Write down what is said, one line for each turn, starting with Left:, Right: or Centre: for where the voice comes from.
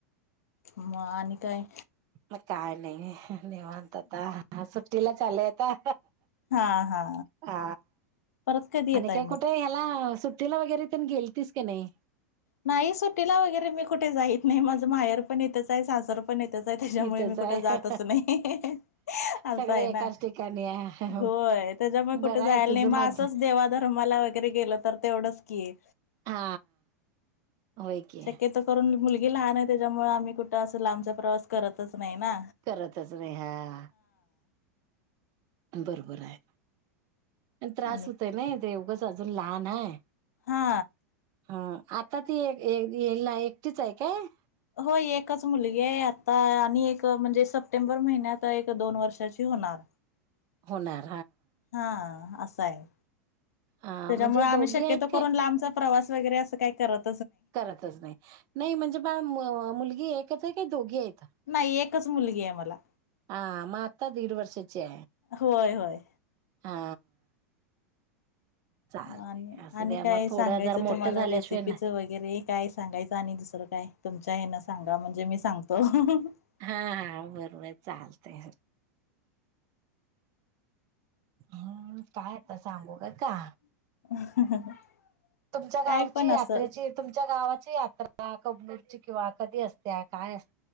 Left: मग आणि काय.
Right: मग काय नाही हं.. ह निवांत आता सुट्टीला चालंय आता
Left: हा हा
Right: अ अ
Left: परत कधी येताय
Right: आणि काय
Left: मग
Right: कुठे ह्याला सुट्टीला वगैरे तेन गेलतीस का नाय.
Left: नाही सुट्टीला वगैरे मी कुठे जाईत नाही माझं माहेर पण इथच आहे सासर. पण हितंचय त्याच्यामुळे
Right: इथंच
Left: मी कुठं
Right: आहे
Left: जातच नाही असं
Right: सगळे
Left: आहे
Right: एकाच
Left: ना
Right: ठिकाणी आहे.
Left: होय तझ्यामुळ
Right: बरं
Left: कुठ जायला
Right: आहे तुझं
Left: नाही
Right: मज
Left: मग असंच देवाधर्माला वगैरे गेलं तर तेवढंच की.
Right: हा. होय की
Left: शक्यतो करून मुलगी लहान आहे तझ्यामुळ आम्ही कुठं असं लांबचा प्रवास करतच. नाही ना
Right: करतच नाही हा. बरोबराय त्रास
Left: आणि
Right: हुतूय नई ते उगच अजून लहान आहे
Left: हा
Right: हा आता ती ये- ये - ग हा एकटीच आहे काय
Left: होय एकच मुलगी आहे आत्ता आणि एक म्हणजे सप्टेंबर महिन्यात एक दोन वर्षाची होणार.
Right: होणार
Left: हा असाय
Right: हा
Left: तझ्यामुळ
Right: म्हणजे
Left: आम्ही
Right: दोघी
Left: शक्यतो
Right: आहेत काय
Left: करून लांबचा प्रवास वगैरे असं काय करत
Right: करतच नाही नाही म्हणजे बा म.. - मुलगी एकच आहे का दोघी आहेत
Left: नाही एकच मुलगीय मला
Right: हा.. म.. आता दीड वर्षाचीय
Left: होय होय
Right: हा.. चालतय
Left: आणि
Right: असं
Left: आणि
Right: द्या
Left: काय
Right: मग
Left: सांगायचं
Right: थोडं जरा
Left: तुम्हाला
Right: मोठं झाल्याशिवाय
Left: रेसिपीचं
Right: ना
Left: वगैरे काय सांगायचं आणि दुसरं काय तुमच्या हेन सांगा म्हणजे मी सांगतो <unintelligible>
Right: हा बरंबर चालतंय हम्म काय आता सांगू काय का
Left: <inaudible>
Right: तुमच्या गावची
Left: पण
Right: यात्रेची
Left: असं
Right: तुमच्या गावाची यात्रा अ.. कबनूरची किंवा कधी असत्या काय अस